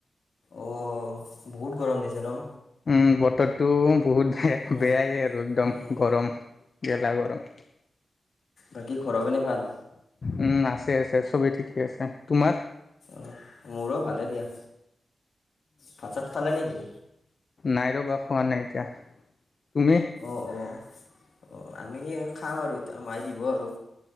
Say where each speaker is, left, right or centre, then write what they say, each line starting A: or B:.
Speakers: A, on the left; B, on the left.
A: অ' বহুত গৰম দিছে ন?
B: উম, বতৰটো বহুত
A: উম,
B: বেয়াই আৰু, একদম
A: উম।
B: গৰম গেলা গৰম।
A: বাকী, ঘৰ পিনে ভাল?
B: উম আছে আছে, চবেই ঠিকেই আছে। তোমাৰ?
A: অঁ, মোৰো ভালেই দিয়া। ভাত চাত খালে নেকি
B: নাই ৰবা, খোৱা নাই এতিয়া। তুমি?
A: অ' অ' অ' আমি এ খাম আৰু এতিয়া মাই দিব আৰু।